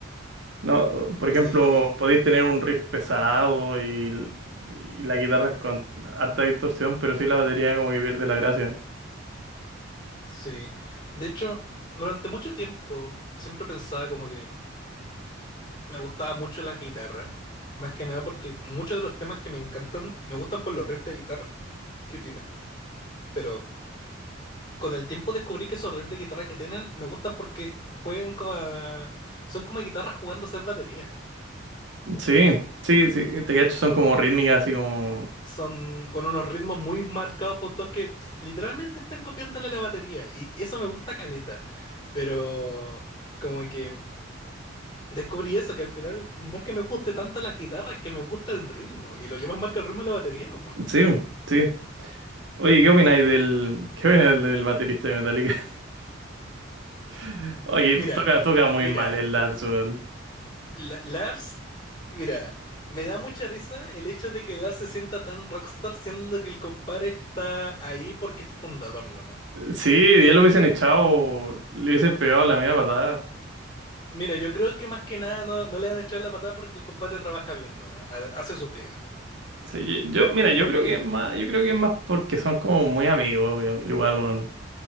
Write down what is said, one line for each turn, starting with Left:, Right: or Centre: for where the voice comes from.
Right: No, por ejemplo,
Left: Sí,
Right: podéis tener un riff pesado y, y la guitarra es con alta distorsión, pero sí la batería como que pierde la gracia.
Left: sí. De hecho, durante mucho tiempo siempre pensaba como que me gustaba mucho la guitarra, más que nada porque muchos de los temas que me encantan me gustan por los riffs de guitarra que tienen. Pero con el tiempo descubrí que esos riffs de guitarra que tienen me gustan porque juegan con... son como guitarras jugando a ser batería.
Right: Sí, sí, sí, te cacho, son como rítmicas, así como...
Left: son con unos ritmos muy marcados por todos que es- literalmente están copiándole la batería y eso me gusta caleta, pero como que descubrí eso, que al final no es que me guste tanto la guitarra, es que me gusta el ritmo y lo que más marca el ritmo es la batería. po.
Right: Sí, sí. Oye, ¿qué opináis del... ¿Qué opináis del, del baterista de Metallica? <laughs> Oye,
Left: Mira,
Right: toca, toca muy
Left: mira,
Right: mal el Lars, weón.
Left: la- Lars, mira, me da mucha risa el hecho de que Lars se sienta tan rockstar siendo que el compadre está ahí porque es fundador nomás.
Right: Sí, ya lo hubiesen echado, le hubiesen pegado la media patada.
Left: Mira, yo creo que más que nada no, no le han echado la patada porque el compadre trabaja bien nomás, ha- hace su pega.
Right: Sí, yo, mira, yo
Left: Porque
Right: creo que es más, yo creo que es más porque son como muy amigos, weón, igual, weón.